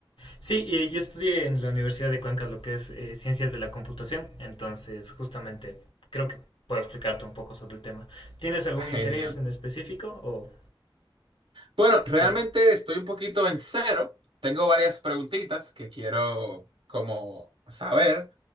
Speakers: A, on the left (about 75°); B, on the right (about 75°).
A: Sí, eh, yo estudié en la Universidad de Cuenca lo que es eh, ciencias de la computación, entonces justamente creo que puedo explicarte un poco sobre el tema. ¿Tienes algún
B: <laughs>
A: interés
B: Genial.
A: en específico o
B: Bueno, realmente
A: eh,
B: estoy un poquito en cero. Tengo varias preguntitas que quiero como saber.